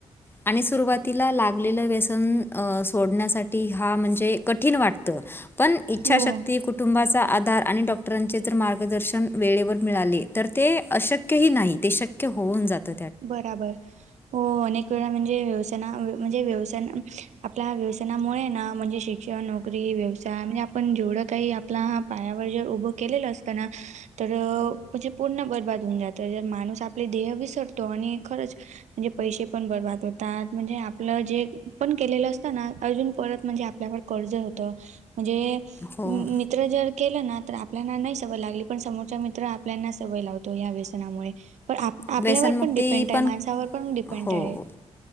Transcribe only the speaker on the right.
हो.
बराबर. हो अनेक वेळा म्हणजे व्यवसाना म्हणजे व्यवसान आपल्या व्यवसानामुळे ना म्हणजे शिक्ष किंवा नोकरी व्यवसाय म्हणजे आपण जेवढं काही आपला पायावर जर उभं केलेलं असतंना. तर म्हणजे पूर्ण बर्बाद होऊन जातं जर माणूस आपले देह विसरतो आणि खरच म्हणजे पैसे पण बर्बाद होतात. म्हणजे आपलं जे, पण केलेलं असतं ना. अजून परत म्हणजे आपल्यावर कर्ज होतं. म्हणजे
मित्र जर केलं ना. तर आपल्याना नाही सवय लागली पण समोरच्या मित्र, आपल्याना सवय लावतो. या व्यसनामुळे. पण आप - आपल्यावर
पण डिपेंटय.
माणसावर पण डिपेंटय.